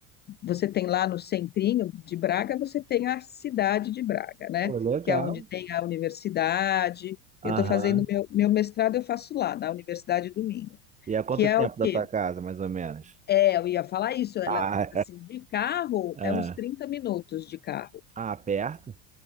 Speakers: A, on the left; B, on the right.
A: você tem lá no centrinho de Braga, você tem a cidade de Braga, né?
B: Pô, legal.
A: Que é onde tem a universidade.
B: Aham.
A: Eu estou fazendo meu, meu mestrado, eu faço lá, na Universidade do Minho.
B: E há quanto
A: Que é
B: tempo
A: o quê?
B: da tua casa, mais ou menos?
A: É, eu ia falar isso, ela,
B: Ah,
A: assim, de carro
B: <laughs> ah,
A: é uns 30 minutos de carro.
B: ah, perto